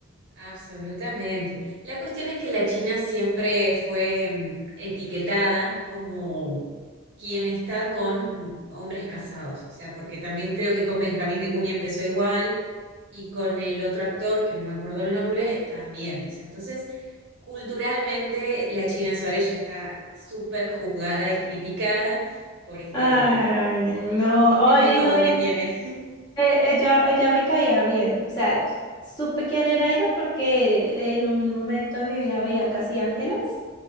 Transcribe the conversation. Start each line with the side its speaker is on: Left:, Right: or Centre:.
Right: absolutamente. La cuestión es que la China siempre fue mm, etiquetada como quien está con mm, hombres casados, o sea, porque también creo que con Benjamín Vicuña empezó igual y con el otro actor, que no me acuerdo el nombre, también. O sea, entonces, culturalmente, la China Suárez ya está súper juzgada y criticada por este,
Left: Ay, no.
Right: este
Left: Oye,
Right: método
Left: y no, y-
Right: que tiene.
Left: eh, ella, ella me caía bien. O sea, supe quién era ella porque en un momento de mi vida veía Casi Ángeles.